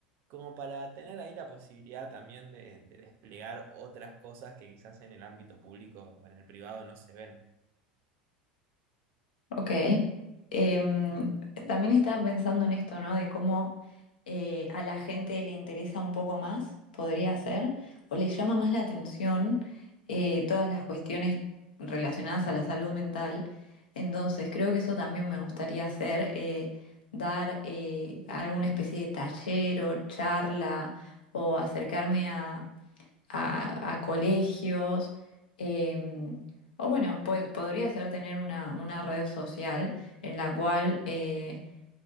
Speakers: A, on the right (about 50°); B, on the left (about 75°).
A: como para tener ahí la posibilidad también de, de desplegar otras cosas que quizás en el ámbito público o en el privado no se ven.
B: Ok. Em, también estaba pensando en esto, ¿no? De cómo eh, a la gente le interesa un poco más, podría ser, o le llama más la atención eh, todas las cuestiones relacionadas a la salud mental. Entonces, creo que eso también me gustaría hacer, eh, dar eh, alguna especie de taller o charla o acercarme a a, a colegios, em, o bueno, pues podría ser tener una, una red social en la cual, eh,